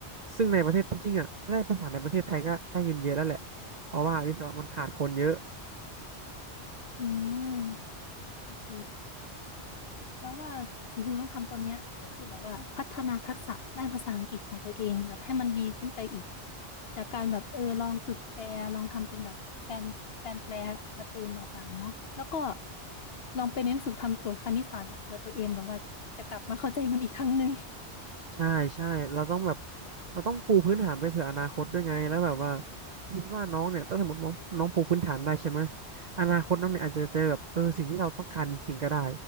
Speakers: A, on the right; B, on the left.
A: ซึ่งในประเทศจริงๆอ่ะถ้าได้ภาษาในประเทศไทยก็ได้เงินเยอะแล้วแหละ เพราะว่าวิศวะมันขาดคนเยอะ
B: อืมโอเคแล้วว่าสิ่งที่เราต้องทำตอนเนี้ยก็คือแบบว่าพัฒนาทักษะด้านภาษาอังกฤษของตัวเองแบบให้มันดีขึ้นไปอีกจากการแบบเออลองฝึกแปลลองทำเป็นแบบแฟนแฟนแปลการ์ตูนต่างๆเนาะแล้วก็ลองไปเน้นฝึกทำโจทย์คณิตศาสตร์แบบเผื่อตัวเองแบบว่าจะกลับมาเข้าใจมันอีกครั้งหนึ่ง
A: ใช่ใช่เราต้องแบบเราต้องปูพื้นฐานไปเผื่ออนาคตด้วยไงแล้วแบบว่าพี่คิดว่าน้องเนี่ยถ้าสมมติน้องน้องปูพื้นฐานได้ใช่ไหมอนาคตน้องเนี่ยอาจจะเจอแบบเออสิ่งที่เราต้องการจริงๆก็ได้